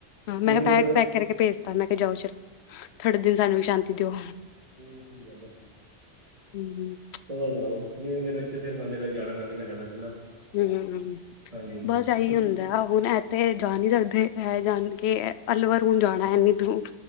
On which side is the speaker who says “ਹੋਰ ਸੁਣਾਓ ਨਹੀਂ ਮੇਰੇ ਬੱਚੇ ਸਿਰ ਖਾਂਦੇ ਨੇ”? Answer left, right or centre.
Right